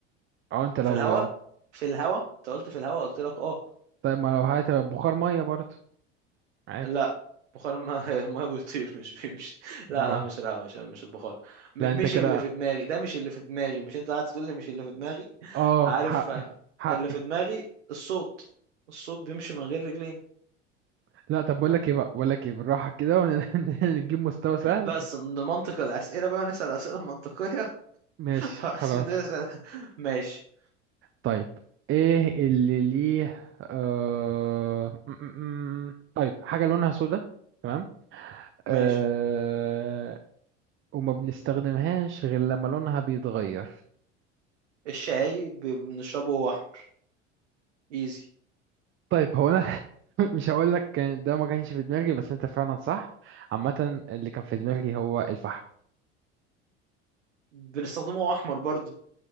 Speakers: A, on the right; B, on the right.
A: اه انت لو
B: في الهواء في الهواء انت قلت في الهواء قلت لك اه
A: طيب ما لو هات بخار مية برضه عادي
B: لا بخار المية <laughs> المية بيطير مش بيمشي لا
A: اه
B: لا مش الهواء مش مش البخار م-
A: لا انت
B: مش
A: كده
B: اللي في دماغي ده مش اللي في دماغي مش انت قاعد تقول لي مش اللي في دماغي
A: اه
B: عارف
A: حقي
B: آه،
A: حقي
B: اللي في دماغي الصوت الصوت بيمشي من غير رجلين
A: لا طب بقول لك ايه بقى بقول لك ايه بالراحة كده ونجيب <laughs> مستوى سهل
B: بس
A: عشان-
B: نمنطق الأسئلة بقى نسأل أسئلة منطقية
A: ماشي
B: <laughs>
A: خلاص
B: عشان تقدر تسأل- ماشي
A: طيب ايه اللي ليه آه... م- م- م. طيب حاجة لونها سودا تمام آه...
B: ماشي
A: وما بنستخدمهاش غير لما لونها بيتغير
B: الشاي ب- بنشربه وهو احمر ايزي
A: طيب هو انا <laughs> مش هقول لك كان ده ما كانش في دماغي بس انت فعلا صح عامة اللي كان في دماغي هو الفحم
B: بنستخدمه وهو احمر برضو